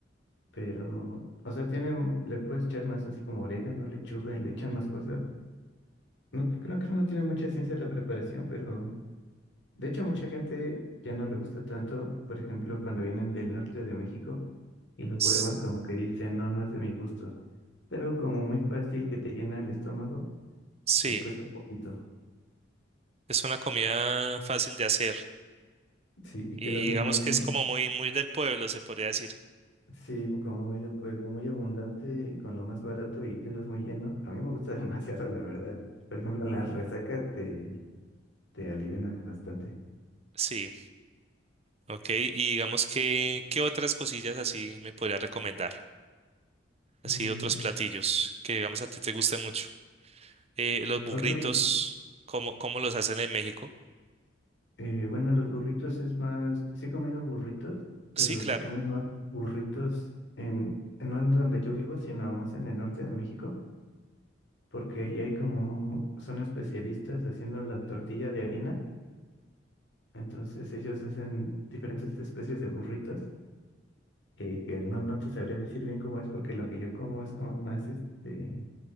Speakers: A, on the left; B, on the right.
A: pero, o sea, tiene, le puedes echar más así como orégano, lechuga, y le echan más cosas. No, creo que no tiene mucha ciencia la preparación, pero De hecho, mucha gente ya no le gusta tanto, por ejemplo, cuando vienen del norte de México y lo prueban
B: s-
A: como que dicen, no, no es de mi gusto. Pero como muy fácil que te llena el estómago
B: sí.
A: y que cuesta poquito.
B: Es una comida fácil de hacer
A: Sí, y
B: y
A: quedas muy
B: digamos
A: lleno.
B: que es como muy, muy del pueblo, se podría decir.
A: Sí, como muy de pueblo, muy abundante y con lo más barato y quedas muy lleno. A mí me gusta <laughs> demasiado, la verdad. Por ejemplo, en la resaca te, te aliviana bastante.
B: Sí, ok. Y digamos que, ¿qué otras cosillas así me podría recomendar? Así
A: Mm,
B: otros platillos que digamos a ti te guste mucho. Eh, los burritos,
A: otro plato
B: ¿cómo, cómo los hacen en México?
A: Eh, bueno, los burritos es más, sí he comido burritos, pero
B: Sí, claro.
A: se comen más burritos en, en- no en donde yo vivo, sino más en el norte de México, porque ahí hay como, son especialistas haciendo la tortilla de harina, entonces ellos hacen diferentes especies de burritos, eh, que no, no te sabría decir bien cómo es, porque lo que yo como es como más, este,